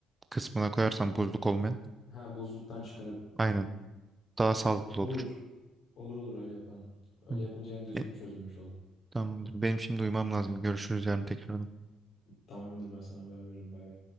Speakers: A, on the right; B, on the left.
A: kısmına koyarsan buzluk olmayan
B: Ha buzluktan çıkarıp.
A: aynen daha sağlıklı
B: Olur.
A: olur.
B: Olur olur öyle yaparım. Öyle
A: Hı.
B: yapınca hem düzgün
A: E,
B: çözülmüş olur.
A: Tamamdır. Benim şimdi uyumam lazım. Görüşürüz yarın tekrar.
B: Tamamdır ben sana haber veririm. Bay bay.